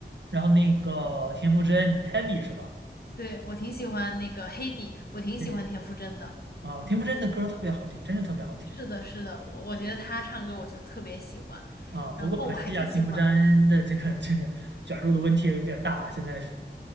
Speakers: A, on the right (about 75°); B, on the left (about 60°).
A: 然后那个田馥甄 Heavy 是吧
B: 对，我挺喜欢那个黑笔，我挺喜欢田馥甄的。
A: ？Heavy 啊，田馥甄的歌特别好听，真是特别好听。
B: 是的，是的，我我觉得他唱歌我就特别喜欢，
A: 啊，不过可惜啊，
B: 然后我还挺喜欢
A: 田馥甄的这个这个卷入的问题也有点大，现在